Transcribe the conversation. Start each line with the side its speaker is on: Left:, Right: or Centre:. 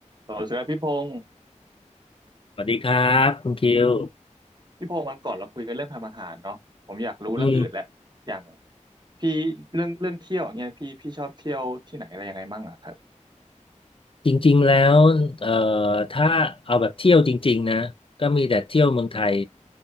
Right: สวัสดีครับพี่พงศ์
Left: สวัสดีครับคุณคิว
Right: พี่พงศ์วันก่อนเราคุยกันเรื่องทำอาหารเนาะผมอยากรู้เรื่องอื่นแหละอย่าง
Left: อืม
Right: พี่เรื่องเรื่องเที่ยวอย่างเงี้ยพี่พี่ชอบเที่ยวที่ไหนอะไรยังไงมั่งอะครับ
Left: จริงๆแล้วเอ่อถ้าเอาแบบเที่ยวจริงๆนะก็มีแต่เที่ยวเมืองไทย